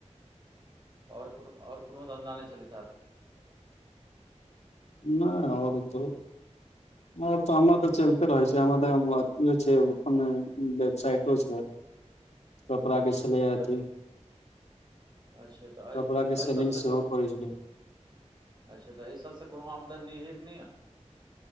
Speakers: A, on the right; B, on the left.
A: ओर कोनो ओर कोनो धन्धा नय चलै छै
B: नहि ओर त ओर त हमर त
A: अच्छा
B: चलते
A: तऽ
B: रहै छी हम ई छै अपन वेबसाइटो छै कपड़ा
A: अच्छा
B: के छलै
A: तऽ
B: अथी
A: अच्छा तऽ एहि
B: कपड़ा के
A: एहि
B: सेलिंग
A: सबसँ
B: सेहो
A: कोनो
B: कर छलै य
A: अच्छा त एहि सबसँ कोनो आमदनी निहित नहि य